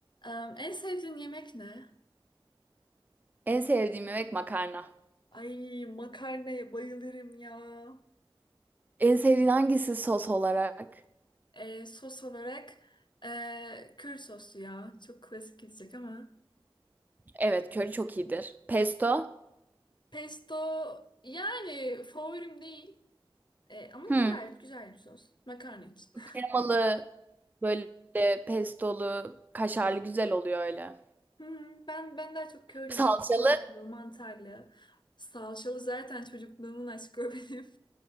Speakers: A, on the left (about 55°); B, on the right (about 20°).
A: Em, en sevdiğin yemek ne?
B: En sevdiğim yemek makarna.
A: Ay makarnaya bayılırım ya.
B: En sevdiğin hangisi sos olarak?
A: E, sos olarak e, köri soslu ya. Çok klasik gidecek ama.
B: Evet, köri çok iyidir. Pesto?
A: Pesto yani favorim değil. E, ama
B: Hmm.
A: güzel, güzel bir sos. Makarna için. <laughs>
B: Kremalı, böyle pestolu, kaşarlı güzel oluyor öyle.
A: Hmm, ben ben daha çok körili,
B: Salçalı
A: tavuklu, mantarlı, salçalı zaten çocukluğumun aşkı o benim.